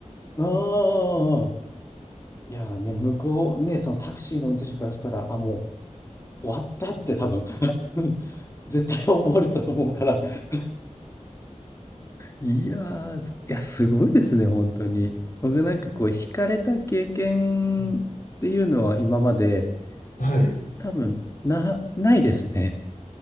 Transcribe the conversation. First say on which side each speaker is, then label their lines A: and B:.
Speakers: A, on the left; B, on the left.
A: ああ。いや、ね、向こう、ね、そのタクシーの運転手からしたら、あ、もう終わったって多分 <laughs> 絶対思われてたと思うから。<laughs> いやー、すいや、すごいですね、本当に。僕なんかこう、惹かれた経験っていうのは今まで、
B: うんはい。
A: 多分、な、ないですね。